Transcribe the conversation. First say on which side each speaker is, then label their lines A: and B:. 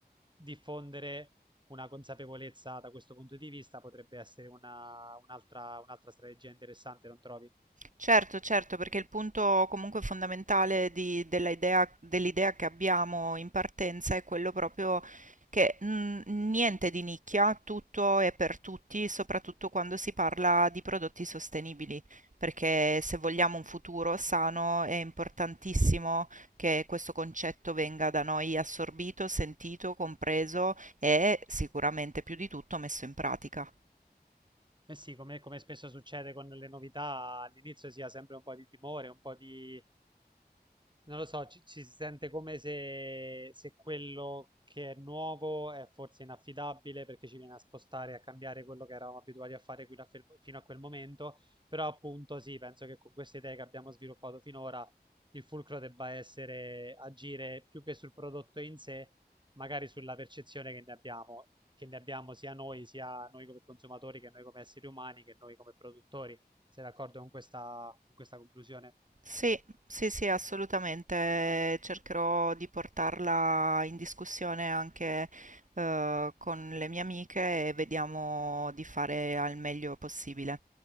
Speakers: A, on the right (about 25°); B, on the right (about 50°).
A: diffondere una consapevolezza da questo punto di vista potrebbe essere una- un'altra, un'altra strategia interessante, non trovi?
B: Certo, certo, perché il punto comunque fondamentale di- della idea- dell'idea che abbiamo in partenza è quello proprio che mm, niente di nicchia, tutto è per tutti, soprattutto quando si parla di prodotti sostenibili, perché se vogliamo un futuro sano è importantissimo che questo concetto venga da noi assorbito, sentito, compreso e sicuramente più di tutto messo in pratica.
A: Eh sì, come, come spesso succede con le novità, all'inizio si ha sempre un po' di timore, un po' di Non lo so, ci, ci si sente come se, se quello che è nuovo è forse inaffidabile perché ci viene a spostare, a cambiare quello che eravamo abituati a fare fino a, fel- fino a quel momento, però appunto sì, penso che con queste idee che abbiamo sviluppato finora il fulcro debba essere agire più che sul prodotto in sé, magari sulla percezione che ne abbiamo, che ne abbiamo sia noi, sia noi come consumatori, che noi come esseri umani, che noi come produttori. Sei d'accordo con questa, con questa conclusione?
B: Sì, sì, sì, assolutamente. Cercherò di portarla in discussione anche eh, con le mie amiche e vediamo di fare al meglio possibile.